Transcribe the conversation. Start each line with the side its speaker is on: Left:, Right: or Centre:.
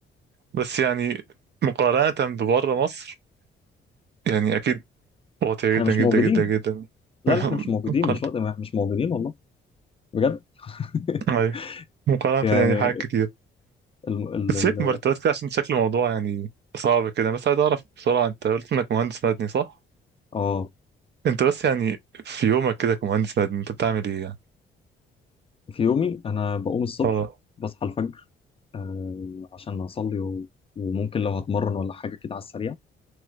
Right: بس يعني مقارنة ببره مصر يعني أكيد واطية
Left: احنا
Right: جدا
Left: مش
Right: جدا
Left: موجودين
Right: جدا جدا
Left: لا
Right: <laughs>
Left: لا احنا مش موجودين
Right: مقارنة
Left: مش وقت مش موجودين والله بجد <laughs>
Right: أيوه مقارنة
Left: يعني
Right: يعني حاجات كتير
Left: ال ال
Right: بس
Left: ال
Right: هيك مرتبات كده عشان شكل الموضوع يعني صعب كده بس عايز أعرف بسرعة أنت قلت إنك مهندس مدني صح؟
Left: اه
Right: انت بس يعني في يومك كده كمهندس مدني انت بتعمل ايه يعني
Left: في يومي انا بقوم الصبح
Right: اه
Left: بصحى الفجر آه عشان اصلي و- وممكن لو هتمرن ولا حاجة كده على السريع